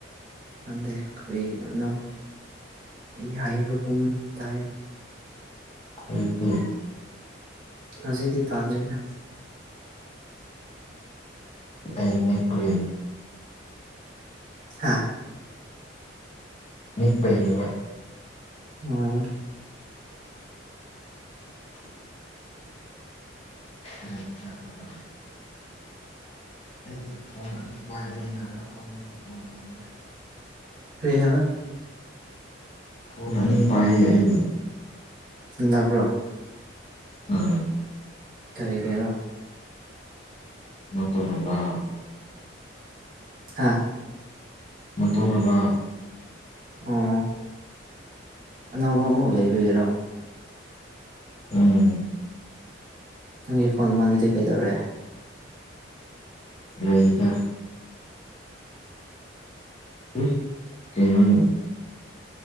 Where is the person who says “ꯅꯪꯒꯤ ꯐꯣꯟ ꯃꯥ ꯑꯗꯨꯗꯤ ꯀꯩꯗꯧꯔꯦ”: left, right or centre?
Right